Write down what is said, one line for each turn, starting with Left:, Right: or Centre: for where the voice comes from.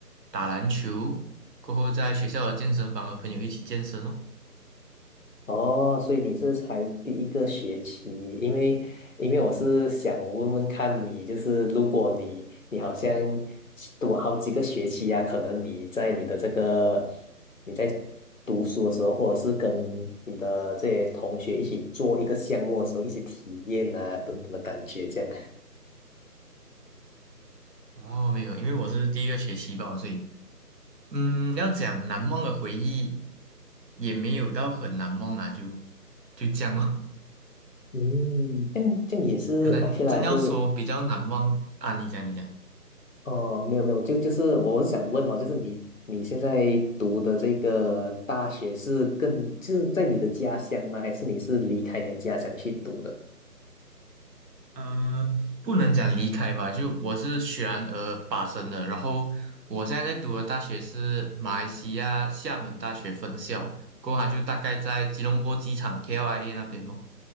Right: 打篮球，过后在学校的健身房和朋友一起健身哦。
Left: 哦，所以你是才第一个学期，因为因为我是想问问看你，就是如果你你好像读好几个学期呀、可能你在你的这个你在读书的时候，或者是跟你的这些同学一起做一个项目的时候，一些体验啊等等的感觉，这样，
Right: 哦，没有，因为我是第一个学期吧，所以嗯，要讲难忘的回忆，也没有到很难忘啊，就就这样咯。
Left: 嗯，这样这样也是
Right: 可能真要说比较难忘啊，
Left: OK 啦，就
Right: 你讲你讲，
Left: 哦，没有没有，就就是我是想问哦，就是你你现在读的这个大学是更就是在你的家乡吗？还是你是离开你的家乡去读的？
Right: 呃，不能讲离开吧，就我是雪兰莪巴生的，然后我现在在读的大学是马来西亚厦门大学分校，过后它就大概在吉隆坡机场 KLIA 那边咯。